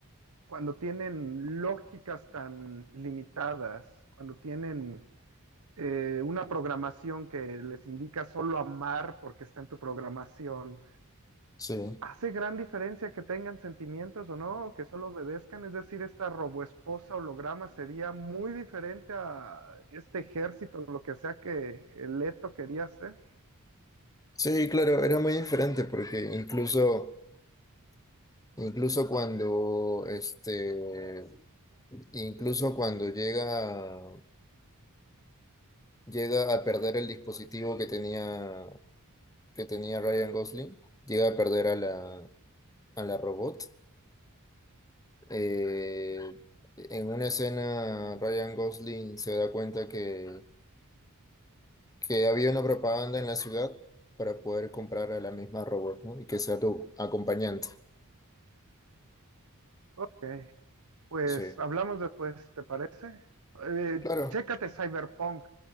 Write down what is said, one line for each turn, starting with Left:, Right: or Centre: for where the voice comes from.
Right: cuando tienen lógicas tan limitadas, cuando tienen eh, una programación que les indica solo amar porque está en tu programación,
Left: Sí,
Right: ¿hace gran diferencia que tengan sentimientos o no? Que solo obedezcan, es decir, esta roboesposa holograma sería muy diferente a este ejército, lo que sea que Leto quería hacer.
Left: sí, claro, era muy diferente porque incluso, incluso cuando, este, incluso cuando llega, llega a perder el dispositivo que tenía, que tenía Ryan Gosling, llega a perder a la, a la robot. Eh, en una escena, Ryan Gosling se da cuenta que, que había una propaganda en la ciudad para poder comprar a la misma robot, ¿no? Y que sea tu acompañante.
Right: Ok, Pues
Left: Sí,
Right: hablamos después, ¿te parece? Eh,
Left: claro.
Right: chécate Cyberpunk.